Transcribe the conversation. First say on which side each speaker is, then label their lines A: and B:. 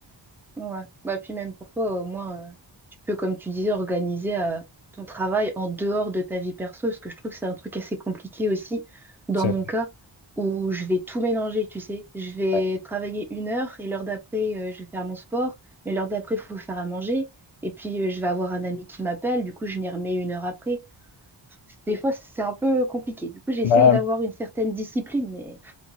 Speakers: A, in the centre; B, on the left.
A: Ouais. Bah, puis même pour toi, au moins, euh, tu peux, comme tu disais, organiser euh, ton travail en dehors de ta vie perso, parce que je trouve que c'est un truc assez compliqué aussi, dans
B: C'est
A: mon
B: vrai.
A: cas, où je vais tout mélanger, tu sais. Je vais
B: Ouais.
A: travailler une heure et l'heure d'après, euh, je vais faire mon sport, mais l'heure d'après, il faut faire à manger. Et puis, euh, je vais avoir un ami qui m'appelle, du coup, je m'y remets une heure après. Des fois, c'est un peu compliqué. Du coup, j'essaye
B: Bah,
A: d'avoir une certaine discipline, mais